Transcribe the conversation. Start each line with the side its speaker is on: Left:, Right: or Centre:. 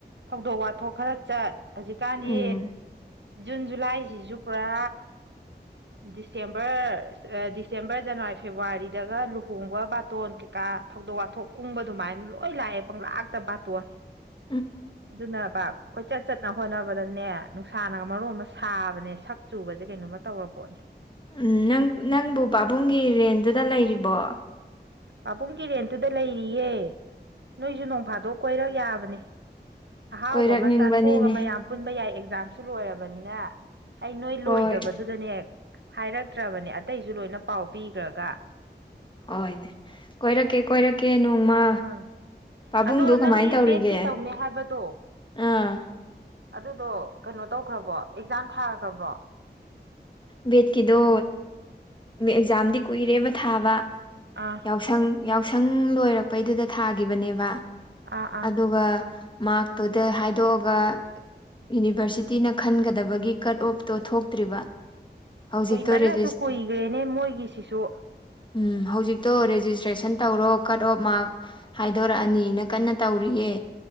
Right: ꯊꯧꯗꯣꯛ ꯋꯥꯊꯣꯛ ꯈꯔ ꯆꯠ ꯍꯧꯖꯤꯛꯀꯥꯟꯗꯤ
Left: ꯎꯝ
Right: ꯖꯨꯟ ꯖꯨꯂꯥꯏꯁꯤꯁꯨ ꯄꯨꯔꯥ ꯗꯤꯁꯦꯝꯕꯔ ꯗꯤꯁꯦꯝꯕꯔ ꯖꯅꯋꯥꯔꯤ ꯐꯦꯕꯋꯥꯔꯤꯗꯒ ꯂꯨꯍꯣꯡꯕ ꯕꯥꯇꯣꯟ ꯀꯥ ꯊꯧꯗꯣꯛ ꯋꯥꯊꯣꯛ ꯀꯨꯡꯕ ꯑꯗꯨꯃꯥꯏꯅ ꯂꯣꯏ ꯂꯥꯛꯑꯦ ꯄꯪꯂꯥꯛꯇ ꯕꯥꯇꯣꯟ
Left: <inaudible>
Right: ꯑꯗꯨꯅ ꯚ ꯀꯣꯏꯆꯠ ꯆꯠꯅ ꯍꯣꯠꯅꯕꯗꯅꯦ ꯅꯨꯡꯁꯥꯅꯒ ꯃꯔꯣ ꯑꯃ ꯁꯥꯕꯅꯦ ꯁꯛ ꯆꯨꯕꯁꯦ ꯀꯩꯅꯣꯝꯃ ꯇꯧꯔ ꯄꯣꯠꯅꯦ
Left: ꯎꯝ ꯅꯪ ꯅꯪꯕꯨ ꯄꯥꯕꯨꯡꯒꯤ ꯔꯦꯟꯗꯨꯗ ꯂꯩꯔꯤꯕꯣ
Right: ꯄꯥꯕꯨꯡꯒꯤ ꯔꯦꯟꯠꯇꯨꯗ ꯂꯩꯔꯤꯌꯦ ꯅꯣꯏꯁꯨ ꯅꯣꯡ ꯐꯥꯗꯣꯛ ꯀꯣꯏꯔꯛ ꯌꯥꯕꯅꯦ ꯑꯍꯥꯎꯕ
Left: ꯀꯣꯏꯔꯛꯅꯤꯡꯕꯅꯤꯅꯦ
Right: ꯑꯃ ꯆꯥꯊꯣꯛꯑꯒ ꯃꯌꯥꯝ ꯄꯨꯟꯕ ꯌꯥꯏ ꯑꯦꯛꯖꯥꯝꯁꯨ ꯂꯣꯏꯔꯕꯅꯤꯅ ꯑꯩ ꯅꯣꯏ
Left: ꯍꯣꯏ
Right: ꯂꯣꯏꯗꯕꯗꯨꯗꯅꯦ ꯍꯥꯏꯔꯛꯇ꯭ꯔꯕꯅꯦ ꯑꯇꯩꯁꯨ ꯂꯣꯏꯅ ꯄꯥꯎ ꯄꯤꯈ꯭ꯔꯒ
Left: ꯍꯣꯏꯅꯦ ꯀꯣꯏꯔꯛꯀꯦ ꯀꯣꯏꯔꯛꯀꯦ ꯅꯣꯡꯃ
Right: ꯎꯝ
Left: ꯄꯥꯕꯨꯡꯗꯨ
Right: ꯑꯗꯣ ꯅꯪꯒꯤ
Left: ꯀꯃꯥꯏꯅ ꯇꯧꯔꯤꯒꯦ
Right: ꯕꯦꯠꯀꯤ ꯇꯧꯅꯤ ꯍꯥꯏꯕꯗꯣ
Left: ꯑꯥ
Right: ꯑꯗꯨꯗꯣ ꯀꯩꯅꯣ ꯇꯧꯈ꯭ꯔꯕꯣ ꯑꯦꯛꯖꯥꯝ ꯊꯥꯈ꯭ꯔꯕ꯭ꯔꯣ
Left: ꯕꯦꯠꯀꯤꯗꯣ ꯃꯦ ꯑꯦꯛꯖꯥꯝꯗꯤ ꯀꯨꯏꯔꯦꯕ ꯊꯥꯕ
Right: ꯑꯥ
Left: ꯌꯥꯎꯁꯪ ꯌꯥꯎꯁꯪ ꯂꯣꯏꯔꯛꯄꯩꯗꯨꯗ ꯊꯥꯒꯤꯈꯤꯕꯅꯦꯕ
Right: ꯑꯥ ꯑꯥ
Left: ꯑꯗꯨꯒ ꯃꯥꯔꯛꯇꯨꯗ ꯍꯥꯏꯗꯣꯛꯑꯒ ꯌꯨꯅꯤꯚꯔꯁꯤꯇꯤꯅ ꯈꯟꯒꯗꯕꯒꯤ ꯀꯠ ꯑꯣꯞꯇꯣ ꯊꯣꯛꯇ꯭ꯔꯤꯕ ꯍꯧꯖꯤꯛꯇꯣ
Right: ꯀꯨꯏꯃꯟꯅꯁꯨ
Left: ꯔꯦꯖꯤꯁ
Right: ꯀꯨꯏꯈ꯭ꯔꯦꯅꯦ ꯃꯣꯏꯒꯤꯁꯤꯁꯨ
Left: ꯎꯝ ꯍꯧꯖꯤꯛꯇꯣ ꯔꯦꯖꯤꯁꯇ꯭ꯔꯦꯁꯟ ꯇꯧꯔꯣ ꯀꯠ ꯑꯣꯐ ꯃꯥꯔꯛ ꯍꯥꯏꯗꯣꯔꯛꯑꯅꯤꯅ ꯀꯟꯅ ꯇꯧꯔꯤꯑꯦ